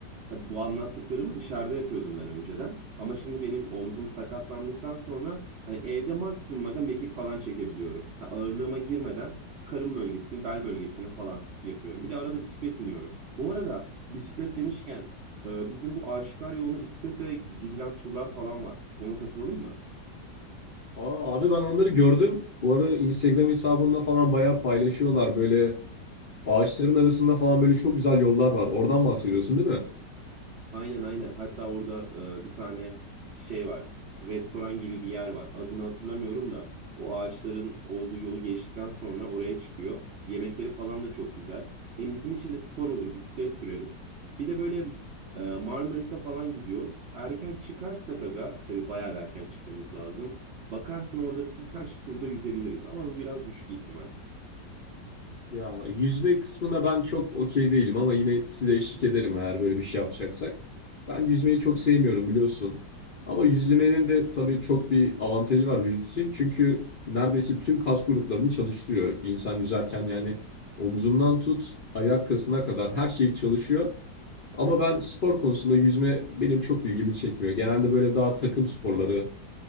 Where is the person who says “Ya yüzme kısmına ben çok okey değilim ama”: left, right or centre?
Left